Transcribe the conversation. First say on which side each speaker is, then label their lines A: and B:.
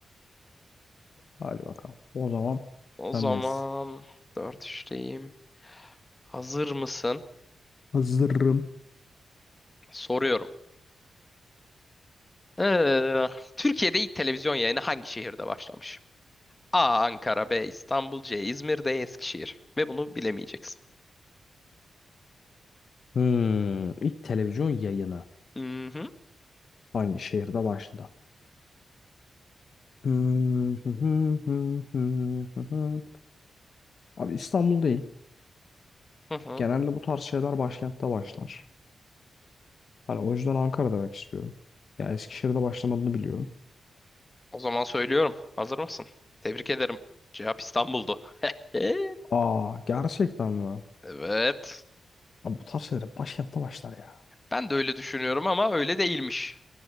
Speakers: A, on the left; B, on the left.
A: Hadi bakalım. O zaman
B: O
A: sendeyiz.
B: zaman dört üçteyim. Hazır mısın?
A: Hazırım.
B: Soruyorum. Ee, Türkiye'de ilk televizyon yayını hangi şehirde başlamış? A. Ankara, B. İstanbul, C. İzmir, D. Eskişehir. Ve bunu bilemeyeceksin.
A: Hmm, ilk televizyon yayını.
B: Hı hı.
A: Hangi şehirde başladı? Hmm, hı hı hı hı hı hı. Abi İstanbul değil.
B: Hı hı.
A: Genelde bu tarz şeyler başkentte başlar. Hani o yüzden Ankara demek istiyorum. Ya Eskişehir'de başlamadığını biliyorum.
B: O zaman söylüyorum. Hazır mısın? Tebrik ederim. Cevap İstanbul'du. Ee,
A: Aa gerçekten mi?
B: Evet.
A: Abi bu tarz şeyler başkentte başlar ya.
B: Ben de öyle düşünüyorum ama öyle değilmiş.